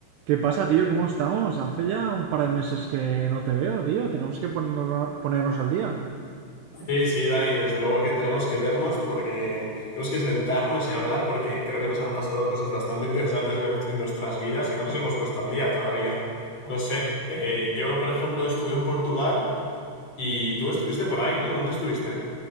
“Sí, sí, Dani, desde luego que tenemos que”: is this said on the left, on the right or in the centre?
Left